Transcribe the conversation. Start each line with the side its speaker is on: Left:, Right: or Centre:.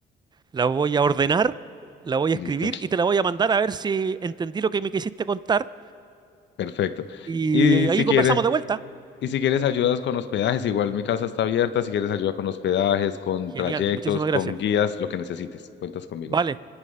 Right: la voy a ordenar, la voy
Left: Listo.
Right: a escribir y te la voy a mandar a ver si entendí lo que me quisiste contar.
Left: Perfecto.
Right: Y
Left: Y
Right: ahí
Left: si quieres,
Right: conversamos de vuelta.
Left: y si quieres ayudas con hospedajes, igual mi casa está abierta, si quieres ayuda con hospedajes, con
Right: Genial,
Left: trayectos,
Right: muchísimas
Left: con
Right: gracias.
Left: guías, lo que necesites, cuentas conmigo.
Right: Vale,